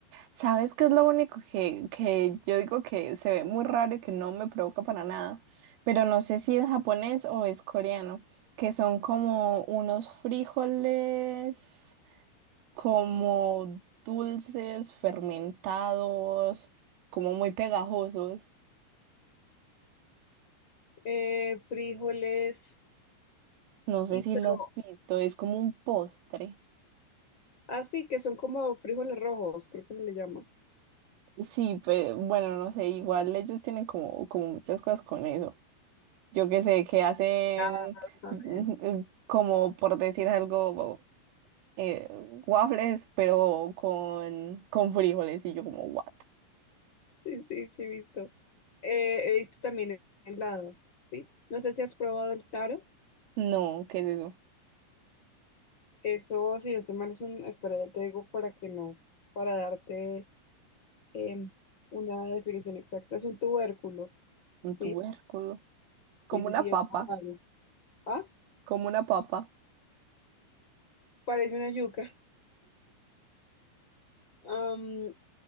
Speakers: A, on the right (about 80°); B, on the left (about 25°).
A: ¿Sabes qué es lo único que, que yo digo que se ve muy raro y que no me provoca para nada? Pero no sé si es japonés o es coreano, que son como unos frijoles como dulces, fermentados, como muy pegajosos.
B: Eh, frijoles,
A: No sé
B: y
A: si
B: pero,
A: lo has visto, es como un postre.
B: así que son como frijoles rojos, creo que se le llama.
A: Sí, pero bueno, no sé, igual ellos tienen como, como muchas cosas con eso. Yo qué sé, que hacen
B: Ah, saben.
A: mm, <laughs> como por decir algo, eh, waffles, pero con, con frijoles y yo como, what?
B: Sí, sí, sí, he visto. Eh, he visto también e-, el lado, ¿sí? No sé si has probado el taro.
A: No, ¿qué es eso?
B: Eso, si no estoy mal, es un... Espera, ya te digo para que no, para darte em, una definición exacta. Es un tubérculo,
A: Un
B: ¿sí?
A: tubérculo.
B: Sí,
A: Como
B: sí,
A: una
B: sí,
A: papa,
B: es algo. Ah,
A: como una papa.
B: parece una yuca. Am,